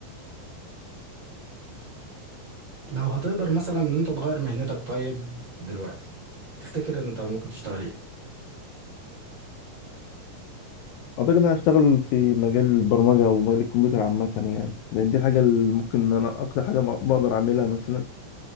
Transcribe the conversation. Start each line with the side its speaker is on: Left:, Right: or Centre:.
Right: لو هتقدر مثلا إن أنت تغير مهنتك طيب دلوقتي تفتكر أنت ممكن تشتغل إيه؟
Left: أعتقد إن أنا هشتغل في مجال البرمجة أو مجال الكمبيوتر عامة يعني لأن دي الحاجة اللي ممكن إن أنا أكتر حاجة بق- بقدر أعملها مثلا